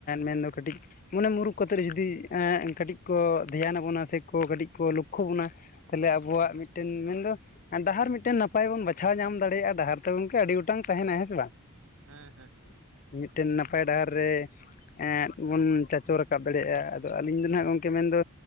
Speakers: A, on the left; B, on the right.
A: ᱢᱮᱱᱫᱚ ᱠᱟᱹᱴᱤᱡ ᱢᱟᱱᱮ ᱢᱩᱨᱩᱠ ᱠᱟᱛᱮᱫ ᱨᱮ ᱡᱩᱫᱤ ᱮ ᱠᱟᱹᱴᱤᱡ ᱠᱚ ᱫᱷᱮᱭᱟᱱ ᱟᱵᱚᱱᱟ ᱥᱮ ᱠᱚ ᱠᱟᱹᱴᱤᱡ ᱠᱚ ᱞᱚᱠᱠᱷᱳ ᱵᱚᱱᱟ ᱛᱟᱦᱞᱮ ᱟᱵᱚᱣᱟᱜ
B: ᱦᱩᱸ
A: ᱢᱤᱫᱴᱮᱱ ᱢᱮᱱᱫᱚ ᱰᱟᱦᱟᱨ ᱢᱤᱫᱴᱮᱱ ᱱᱟᱯᱟᱭ ᱵᱚᱱ ᱵᱟᱪᱷᱟᱣ ᱧᱟᱢ ᱫᱟᱲᱮᱭᱟᱜ-ᱟ ᱰᱟᱦᱟᱨ ᱛᱚ ᱜᱚᱝᱠᱮ ᱟᱹᱰᱤ ᱜᱚᱴᱟᱝ ᱛᱟᱦᱮᱱᱟ ᱦᱮᱸ ᱥᱮ ᱵᱟᱝ?
B: ᱦᱮᱸ ᱦᱮᱸ ᱦᱮᱸ᱾
A: ᱢᱤᱫᱴᱮᱱ ᱱᱟᱯᱟᱭ ᱰᱟᱦᱟᱨ ᱨᱮ ᱮᱸᱫ ᱵᱚᱱ ᱪᱟᱪᱳ ᱨᱟᱠᱟᱵ ᱫᱟᱲᱮᱭᱟᱜᱼᱟ ᱾ ᱟᱫᱚ ᱟᱹᱞᱤᱧ ᱫᱚ ᱱᱟᱦᱟᱸᱜ ᱜᱚᱢᱠᱮ ᱢᱮᱱᱫᱚ